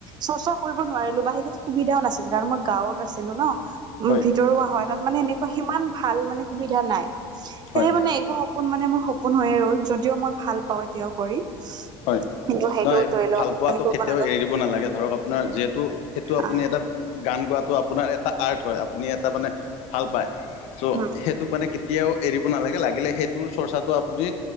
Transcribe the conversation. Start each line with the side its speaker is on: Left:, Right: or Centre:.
Right: চৰ্চা কৰিব নোৱাৰিলোঁ বা সেইখিনি সুবিধাও নাছিল কাৰণ মই গাঁওত আছিলোঁ ন উ
Left: হয়
Right: ভিতৰুা হয়। তাত মানে এনেকুৱা সিমান ভাল মানে সুবিধা নাই
Left: হয়
Right: সেয়ে মানে এইটো সপোন মানে মোৰ সপোন হৈয়ে ৰ'ল যদিও মই ভাল পাওঁ এতিয়াও কৰি
Left: হয়
Right: কিন্তু সেইটো
Left: নহয়
Right: ধৰি
Left: ভাল
Right: লওক
Left: পোৱাটো
Right: হে কৰিব
Left: কেতিয়াও
Right: নাজাও
Left: এৰি দিব নালাগে ধৰক আপোনাৰ যিহেতু সেইটো আপুনি
Right: আহ
Left: এটা গান গোৱাটো আপোনাৰ এটা আৰ্ট হয় আপুনি এটা মানে ভাল পায় ত'
Right: উম
Left: সেইটোক মানে কেতিয়াও এৰিব নালাগে লাগিলে সেইটোৰ চৰ্চাটো আপুনি